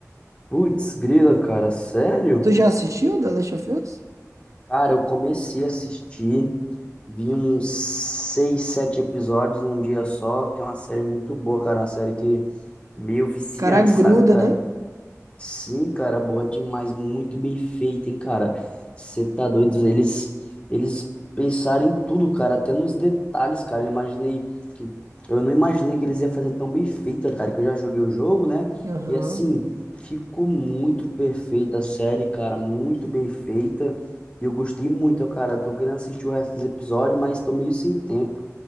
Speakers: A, on the left; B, on the right.
A: Putz, grila, cara, sério?
B: Tu já assistiu The Last of Us?
A: Cara, eu comecei a assistir, vi uns seis, sete episódios num dia só, que é uma série muito boa, cara, uma série que meio viciante,
B: Cara, gruda,
A: <laughs> sabe, cara?
B: né?
A: Sim, cara, boa demais, muito bem feita, hein, cara. Você tá doido? Eles, eles pensaram em tudo, cara, até nos detalhes, cara. Eu imaginei que, eu não imaginei que eles iam fazer tão bem feita, cara, que eu já joguei o jogo, né?
B: Aham.
A: E assim, ficou muito perfeita a série, cara, muito bem feita. E eu gostei muito, ó, cara. Tô querendo assistir o resto dos episódios, mas tô meio sem tempo.